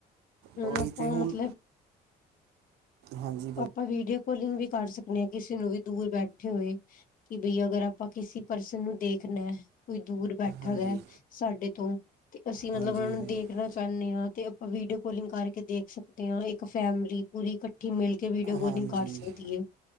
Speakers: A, on the left; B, on the right.
A: ਹੁਣ
B: ਉਹੀ
A: ਆਪਾਂ
B: ਤੇ ਹੁਣ,
A: ਮਤਲਬ
B: ਹਾਂਜੀ। ਬੋਲ
A: ਆਪਾਂ ਵੀਡੀਓ ਕਾਲਿੰਗ ਵੀ ਕਰ ਸਕਨੇ ਆ, ਕਿਸੇ ਨੂੰ ਵੀ ਦੂਰ ਬੈਠੇ ਹੋਏ ਕਿ ਬਈ ਅਗਰ ਆਪਾਂ ਕਿਸੇ ਪਰਸਨ ਨੂੰ ਦੇਖਣਾ ਐ। ਕੋਈ ਦੂਰ ਬੈਠਾ
B: ਹਾਂਜੀ
A: ਹੋਇਆ ਐ ਸਾਡੇ ਤੋਂ ਤੇ ਅਸੀਂ ਮਤਲਬ
B: ਹਾਂਜੀ
A: ਉਹਨਾ
B: ਹਾਂਜੀ
A: ਨੂੰ ਦੇਖਣਾ ਚਾਹਨੇ ਆ, ਤੇ ਆਪਾਂ ਵੀਡੀਓ ਕਾਲਿੰਗ ਕਰਕੇ ਦੇਖ ਸਕਦੇ ਆ ਇੱਕ ਫੈਮਿਲੀ ਪੂਰੀ ਇਕੱਠੀ ਮਿਲ ਕੇ ਕਿ ਵੀਡੀਓ ਕਾਲਿੰਗ
B: ਹਾਂਜੀ
A: ਕਰ ਸਕਦੀ ਏ।